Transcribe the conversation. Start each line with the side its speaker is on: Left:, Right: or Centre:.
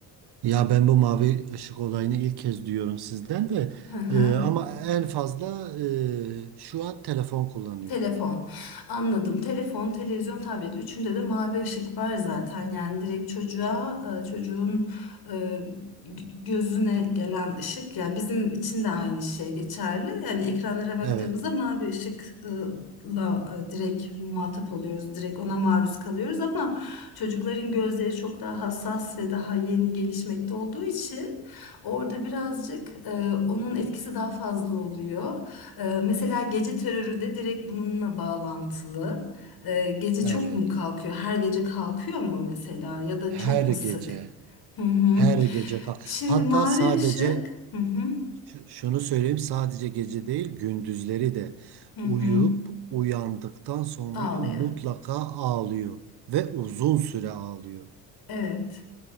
Right: Ya ben bu mavi ışık olayını ilk kez duyuyorum sizden de
Left: <laughs>
Right: Ee, ama en fazla e, şu an telefon kullanıyor.
Left: Telefon. Anladım. Telefon, televizyon, tablet. Üçünde de mavi ışık var zaten. Yani direkt çocuğa, e, çocuğun e, g- gözüne gelen ışık. Yani bizim için de aynı şey geçerli. Yani ekranlara baktığımızda
Right: Evet,
Left: mavi ışıkla e, direkt muhatap oluyoruz. Direkt ona maruz kalıyoruz ama çocukların gözleri çok daha hassas ve daha yeni gelişmekte olduğu için orada birazcık e, onun etkisi daha fazla oluyor. Ee, Mesela gece terörü de direkt bununla bağlantılı. Ee, Gece çok
Right: evet.
Left: mu kalkıyor? Her gece kalkıyor mu mesela? Ya da
Right: Her
Left: çok mu sık?
Right: gece,
Left: Hı hı.
Right: her gece. kal-
Left: Şimdi
Right: Hatta
Left: mavi
Right: sadece
Left: ışık. Hı hı.
Right: ş- şunu söyleyeyim, sadece gece değil, gündüzleri de
Left: Hı hı.
Right: uyuyup uyandıktan sonra
Left: Ağlıyor.
Right: mutlaka ağlıyor ve uzun süre ağlıyor.
Left: Evet.